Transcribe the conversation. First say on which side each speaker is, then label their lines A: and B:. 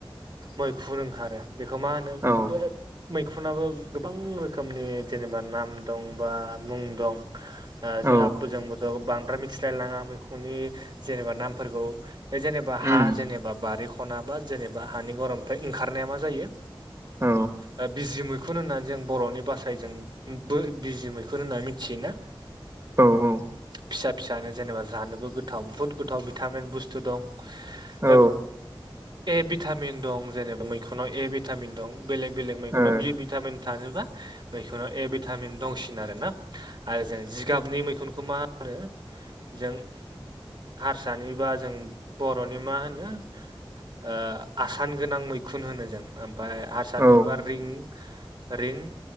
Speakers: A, on the right (about 55°); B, on the right (about 30°).
A: मैखुर ओंखारो। बेखौ मा होनो
B: औ
A: बे? मैखुनाबो गोबां रोखोमनि जेनेबा नाम दं बा मुं दं।
B: औ
A: जोआ बोजों बो बांद्राय मिथिलायलाङा मैखुननि जेनेबा नामफोरखौ। बे जेनेबा
B: उम
A: हा जेनेबा बारि ख'नाबा जेनेबा हानि गरमनिफ्राय ओंखारनाया मा जायो
B: औ
A: ओ बिजि मै खुन होननानै जों बर'नि बासायजों बो बिजि मैखुन होनना मिथियोना
B: औ-औ
A: फिसा-फिसानो जेनेबा जानोबो गोथाव बहुत गोथाव भिटामिन बुस्थ थु दं
B: औ
A: ओ बे ए भिटामिन दं जेनेबा मैखुनाव ए भिटामिन दं बेलेग-बेलेग मैखुनाव
B: औ
A: बि भिटामिन थाजोबा मैखुनाव ए भिटामिन दंसिन आरोना आरो जों जिगाबनि मैखुनखौ मा नो जों हारसानि बा जों बर'नि मा होनो? ओ आसान गोनां मैखुन होनो जों ओमफाय सानिबा
B: ओ
A: रिं रिं